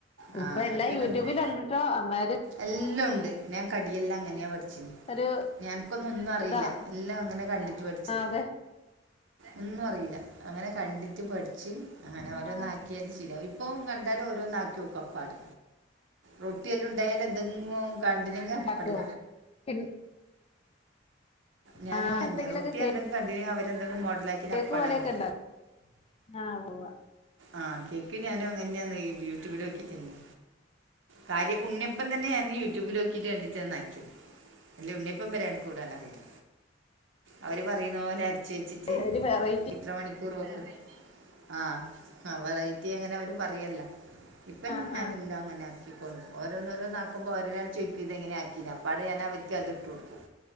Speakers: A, on the right; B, on the left.
A: ആ
B: ഇപ്പൊ
A: അങ്ങനത്തെ
B: എല്ലാം യൂട്യൂബിൽ
A: നല്ല
B: ഒണ്ടിട്ടോ അന്നേര്
A: എല്ലാം ഉണ്ട് ഞാൻ കടിയെല്ലാം അങ്ങനാ പഠി ച്ചിനി
B: ഒരു
A: ഞാന്കൊന്നും ഒന്നും അറിയില്ല
B: ഇതാ
A: എല്ലാം അങ്ങനെ കണ്ടിട്ട് പഠിച്ചത്.
B: ആ അതെ
A: ഒന്നും അറിയില്ല അങ്ങനെ കണ്ടിട്ട് പഠിച്ച് അങ്ങനെ
B: ആ
A: ഓരോന്നാക്കിയാല് ചെയ ഇപ്പൊ കണ്ട് ന്നാല് ഓരോന്ന് ആക്കിനോക്കു അപ്പാട് റൊട്ടിയെല്ലാ ഉണ്ടായാല് എതെങ്ങോ കണ്ടങ്ങിനോ അപ്പാടേ
B: ണ്ടാക്കും പിൻ
A: ഞാനും
B: ആ
A: അങ്ങനെ
B: എന്തെങ്കിലൊക്കെ
A: റൊട്ടി
B: കേ
A: എന്തെങ്കി കണ്ടിന അവരെ എന്തെങ്കിലും മോഡലാക്കി
B: കേക്ക്
A: അപ്പാടാക
B: പോലെയൊക്കെ
A: നോ
B: ഉണ്ടാക്കും ആഹ് ഉവ്വ
A: ആ കേക്ക് ഞാനും അങ്ങനെയാന്ന് യൂട്യൂബിൽ നോക്കിട്ടന്നെ കാര്യ ഉണ്ണിപ്പം തന്നെയ ഞാന് യൂട്യൂബിലോക്കിയിട്ട് കണ്ടിട്ടാണ് നാക്കിയത് അല്ല ഉണ്ണപ്പം വരാണ് കൂടൻറിയില്ല അവര് പറയുന്നോലെ അരിച്ച വെച്ചി
B: ഒരു വെറൈറ്റി
A: ഇത്ര മണിക്കൂർ വെക്കും ഹാ വെറൈറ്റി അങ്ങനവര് പറല്ല്യാ ഇപ്പല്ല
B: ആഹ്
A: ഞാന
B: ആഹ്
A: എല്ലാം അങ്ങനെ ആകിക്കൊണ്ട് ഓരോന്നോന്ന ഇപ്പം ഒരരാ ചൊക്കും ചെയ്ത് എങ്ങനെ ആക്കി അപ്പാട് ഞാൻ അവർക്ക് അത് ഇട്ട് കൊടുക്കും.